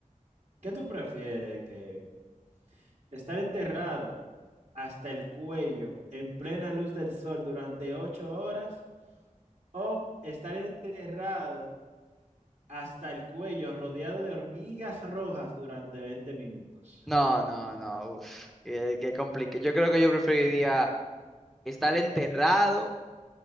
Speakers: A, on the right; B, in the centre.
A: ¿Qué tú prefieres, que estar enterrado hasta el cuello en plena luz del sol durante ocho horas o estar enterrado hasta el cuello rodeado de hormigas rojas durante 20 minutos?
B: No, no, no, uf, qué, qué complique. Yo creo que yo preferiría estar enterrado